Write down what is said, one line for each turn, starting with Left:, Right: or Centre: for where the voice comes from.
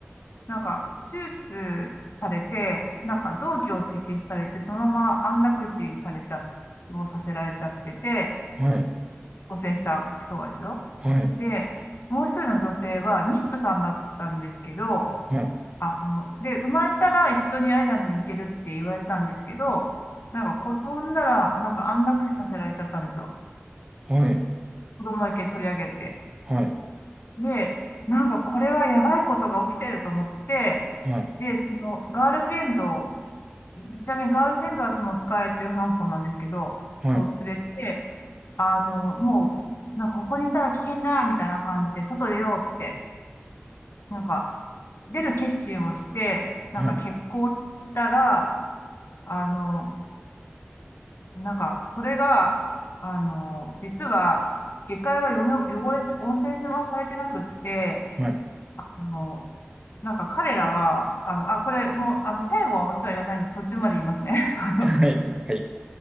Left: なんか、手術されて、なんか、臓器を摘出されて、そのまま安楽死されちゃ、をさせられちゃってて、
Right: はい。
Left: 汚染した人がですよ。
Right: はい。
Left: で、もう一人の女性は、妊婦さんだったんですけど、
Right: はい。
Left: あの、で、生まれたら一緒にアイランドに行けるって言われたんですけど、なんか、子供産んだら、なんか安楽死させられちゃったんですよ。
Right: はい。
Left: 子供だけ取り上げて。
Right: はい。
Left: で、なんか、これはやばいことが起きてると思って、
Right: はい。
Left: で、その、ガールフレンドちなみにガールフレンドはそのスカーレット・ヨハンソンなんですけど、
Right: はい。
Left: を連れて、あの、もう、なんかここにいたら危険だみたいな感じで、外出ようって、なんか出る決心をして、なんか決行したら、
Right: はい。はい。
Left: あの、なんかそれが、あの、実は、下界はよの汚れて、温泉はされてなくって、
Right: はい。
Left: あのなんか彼らは、あの、あ、これもう、あの、最後はオチは言わないんです。途中まで言いますね。<laughs> あの
Right: はい。はい。はい